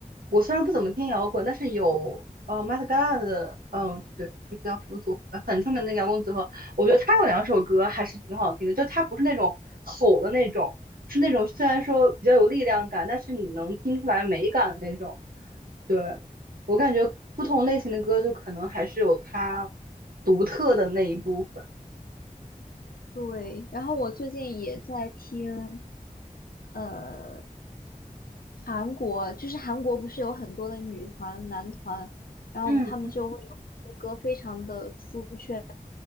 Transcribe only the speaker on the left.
对，然后我最近也在听，呃，韩国，就是韩国不是有很多的女团、男团，然后他们就会有一些歌非常的出圈，